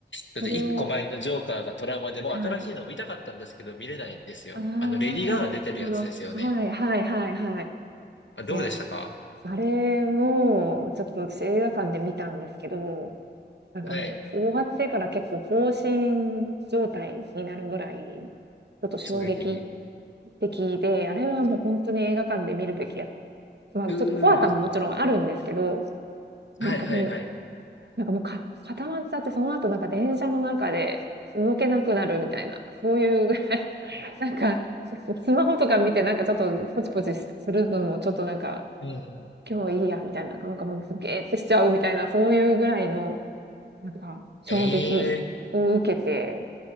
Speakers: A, on the left; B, on the right.
A: だって一個前のジョーカーがトラウマでもう新しいの見たかったんですけど見れないんですよ。
B: それをはい。ああ、
A: あのレディー・
B: なるほどなるほ
A: ガガ出てるやつですよね。
B: ど。はいはいはいはい。
A: あ、どうでしたか
B: いや、あれも、ちょっと私映画館で見たんですけど、なんかもう終わってから結構放心状態になるぐらい、
A: はい。
B: ちょっと衝撃
A: 衝撃的。
B: 的で、あれはもう本当に映画館で見るべきや。まあちょっと怖さももちろんあるんですけど、
A: うー。
B: なんかもう、
A: はいはいはい。
B: なんかもうか固まっちゃって、その後なんか電車の中で動けなくなるみたいな、そういうなんか、スマホとか見てなんかちょっとポチポチするのもちょっとなんか、
A: うんうん。
B: 今日いいやみたいな、なんかもうすげーってしちゃうみたいな、そういうぐらいの、なんか、衝撃
A: ええ
B: を受けて、